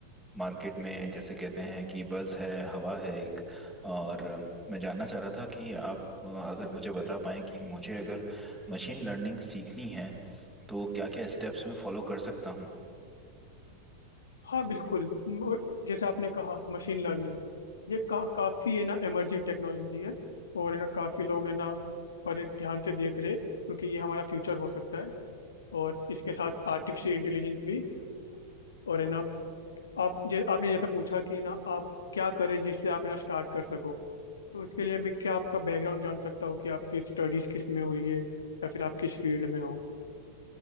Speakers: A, in the centre; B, on the left (about 70°).
A: मार्केट में जैसे कहते हैं कि बज़ है हवा है एक और अ, मैं जानना चाह रहा था कि आप अ, अगर मुझे बता पाएं कि मुझे अगर मशीन लर्निंग सीखनी है तो क्या क्या स्टेप्स मैं फॉलो कर सकता हूँ
B: हाँ बिल्कुल म- जैसे आपने कहा मशीन लर्निंग ये का, काफी है ना इमर्जिंग टेक्नोलॉजी है और है ना काफी लोग है ना और ये ध्यान से देख रहे क्योंकि ये हमारा फ्यूचर हो सकता है और इसके साथ आर्टिफिशियल इंटेलिजेंस भी और है ना आप जे, आपने जैसा पूछा कि ना आप क्या करें जिससे आप है ना स्टार्ट कर सको तो इसके लिए मैं क्या आपका बैकग्राउंड जान सकता हूँ कि आपकी स्टडीज किस में हुई है या फिर आप किस फील्ड में हो